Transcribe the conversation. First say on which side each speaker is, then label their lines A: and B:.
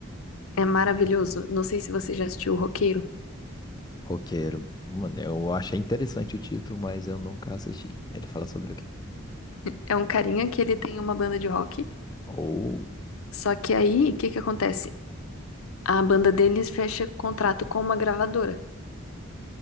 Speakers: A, on the left (about 80°); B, on the left (about 20°).
A: é maravilhoso. Não sei se você já assistiu O Roqueiro.
B: Roqueiro. Mano, eu achei interessante o título, mas eu nunca assisti. Ele fala sobre o quê?
A: É um carinha que ele tem uma banda de rock.
B: Oh,
A: Só que aí, o que que acontece? A banda deles fecha contrato com uma gravadora.